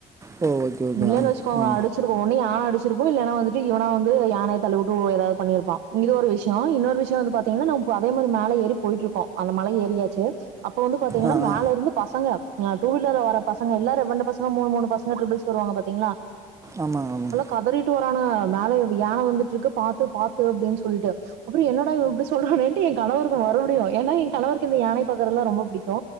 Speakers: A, on the right (about 15°); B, on the right (about 80°).
A: ஓ ஓகே ஓகே
B: இல்லேனு
A: ஆ
B: வச்சுக்கோங்க
A: ஆ
B: அடிச்சுருக்கு ஒன்னு யா யானா வந்துட்டு இவனா வந்து யான தள்ளுவுட்டு ஒ ஏதாவது பண்ணிருப்பா இது ஒரு விஷய இன்னொரு விஷய வந்து பாத்தீங்னா நா ப் அதே ம் மரி மேல ஏறி போயிட்ருக்கோ அந்த மல ஏறியாச்சு அப்ப வந்து பாத்தீங்னா
A: ஆ
B: மேல
A: ஆ
B: இருந்து பசங்க டுவீலர்ல வர பசங்க எல்லா ரெவ்வண்டு பசங்க மூணுமூணு பசங்க ட்ரிபுல்ஸ் வருவாங்க பாத்தீங்ளா
A: ஆமா ஆமாங்
B: கதறிட்டு வரானுக வேல யான வந்துட்ருக் க்கு பாத்து பாத்து அப்டின் சொல்ட்டு அப்புற என்னடா இவ் இப்டி சொல்றானேன்டு என் கணவருக்கு மறுபடியு ஏனா என் கணவருக்கு கு இந்த யானைய பாக்குறல்லா ரொம்ப புடிக்கு